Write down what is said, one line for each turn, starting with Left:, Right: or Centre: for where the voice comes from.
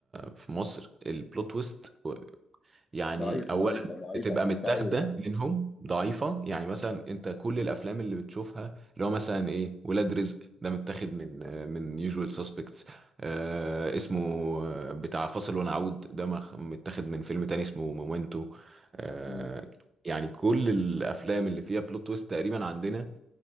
Right: في مصر البلوت تويست يعني
Left: ضعيفة
Right: اولا
Left: ضعيفة ضعيفة
Right: بتبقى
Left: ضعيفة
Right: متاخده
Left: قوي يعني
Right: منهم ضعيفه يعني مثلا انت كل الافلام اللي بتشوفها اللي هو مثلا ايه ولاد رزق ده متاخد من آه، من يوجوال سسبكتس آه اسمه آه، بتاع فاصل ونعود ده مخ- متاخد من فيلم تاني اسمه مومنتو آه
Left: مم.
Right: يعني كل الافلام اللي فيها بلوت تويست تقريبا عندنا